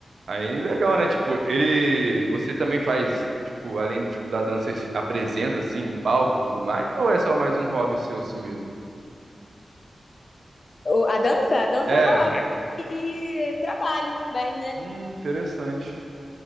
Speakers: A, on the right; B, on the left.
A: Aí legal, né? Tipo, ele, você também faz, tipo, além, tipo, da dança, você se apresenta assim, em palco, e tudo mais, ou é só mais um hobby seu assim mesmo?
B: O- a dança, a dança
A: É.
B: é hobby e, e trabalho também, né?
A: Hum, interessante.